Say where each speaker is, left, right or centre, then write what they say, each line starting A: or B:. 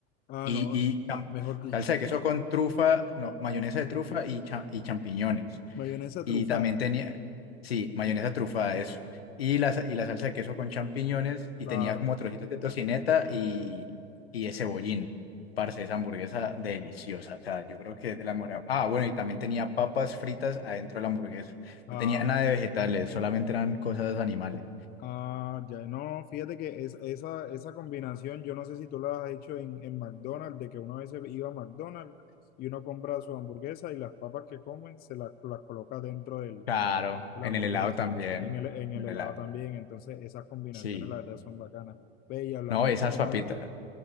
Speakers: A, on the left (about 30°); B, on the left (about 65°).
A: Ah,
B: Y,
A: no.
B: y cham-
A: Mejor dicho.
B: salsa de queso con trufa, no, mayonesa de trufa y, cha- y champiñones.
A: Mayonesa
B: Y
A: trufada.
B: también tenía, sí, mayonesa trufada, eso. Y la, sa- y la salsa de queso con champiñones y
A: Claro.
B: tenía como trocitos de tocineta y, y de cebollín. Parce, esa hamburguesa deliciosa. O sea, yo creo que es de la mejor. Ah, bueno, y también tenía papas fritas adentro de la hamburguesa.
A: Ah,
B: No tenía nada de vegetales, solamente eran cosas animales.
A: ah, ya. No, fíjate que es, esa, esa combinación, yo no sé si tú la has hecho en, en McDonald's, de que una vez iba a McDonald's y uno compra su hamburguesa y las papas que comen se las, las coloca dentro del,
B: Claro,
A: de la
B: en
A: hamburguesa.
B: el helado también.
A: En el, en el
B: En el
A: helado
B: helado.
A: también. Entonces, esas combinaciones,
B: Sí.
A: la verdad, son bacanas. Ve, y hablando
B: No, esas
A: en general.
B: papitas.